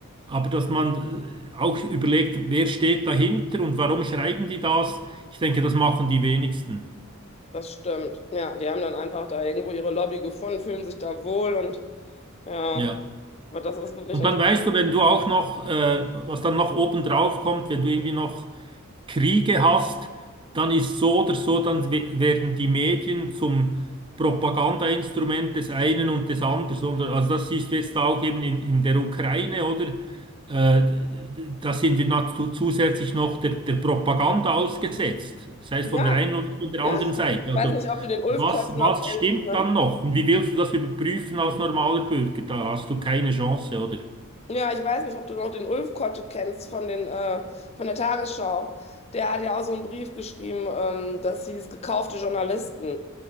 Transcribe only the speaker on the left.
das stimmt. Ja, die haben dann einfach da irgendwo ihre Lobby gefunden, fühlen sich da wohl und ja,
aber das ist wirklich
interessant.
Ja.
Ja, ja, ich
weiß nicht, ob du den Ulf
Kotte noch
kennst,
ne?
Ja, ich weiß nicht, ob du noch den Ulf Kotte kennst von den, äh, von der Tagesschau. Der hat ja auch so einen Brief geschrieben, ähm, das hieß gekaufte Journalisten.